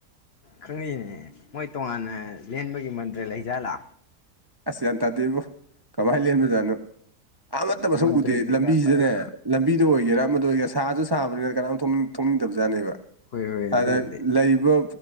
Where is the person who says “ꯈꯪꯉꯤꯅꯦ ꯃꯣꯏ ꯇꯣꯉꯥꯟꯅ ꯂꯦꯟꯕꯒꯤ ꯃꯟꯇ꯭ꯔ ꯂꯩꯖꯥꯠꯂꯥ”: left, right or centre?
Left